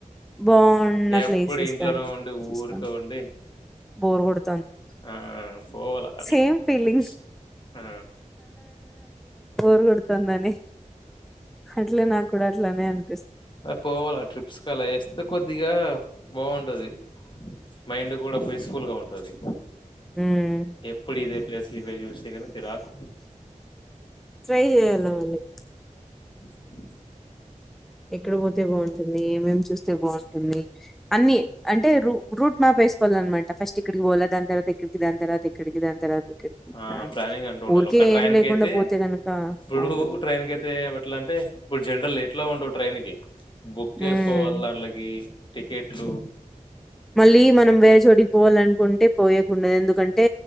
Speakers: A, in the centre; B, on the left.
A: బాగున్న
B: ఎప్పుడు
A: ప్లేసెస్
B: ఇంట్లోనే
A: కానీ
B: ఉండి
A: చూస్కొ
B: ఊరికే ఉండి
A: బోర్గొడ్
B: ఆ పోవాల అట్ల
A: సేమ్ ఫీలింగ్స్
B: ట్రిప్స్ ఆ
A: కొడతందని అట్ల నాక్ గుడ గట్లనే అన్
B: పోవాలా ట్రిప్స్ కల ఏస్తే కొద్దిగా బాగుంటది. మైండ్ కూడా పీస్ఫుల్గా ఉంటది.
A: మ్
B: ఎప్పుడు ఇదే ప్లేస్ ఇవే చూస్తే కన చిరాకు
A: ట్రై చేయాల మళ్ళీ
B: అ
A: ఎక్కడ పోతే బాగుంటుంది ఏమేం చూస్త అే బాగుంటంది అన్ని అంటే రూ రూట్ మ్యాప్ వేసుకోవాలినమాట ఫస్ట్ ఇక్కడికి ఓలా దాని తర్వాత ఇక్కడికి దాని తర్వాత ఎక్కడికి దాని తర్వాత ఇక్కడికి ఇట్లా
B: ఆ
A: అని
B: ప్లానింగ్ అంటూ ఉండాలి
A: ఊరికే
B: ఒక ట్రైన్
A: ఏం లేకుండా
B: క అయితే
A: పోతే గనుక
B: ఇప్పుడు
A: బాగుండదు
B: ట్రైన్ క అయితే ఎట్లా అంటే ఇప్పుడు జనరల్ ఎట్లా ఉండదు ట్రైన్ కి బుక్ చేసుకోవాలి
A: ఉమ్
B: ఆన్లకి టికెట్లు
A: మళ్ళీ మనం బేజోడి పోవాలనుకుంటే పోయకుండదు ఎందుకంటే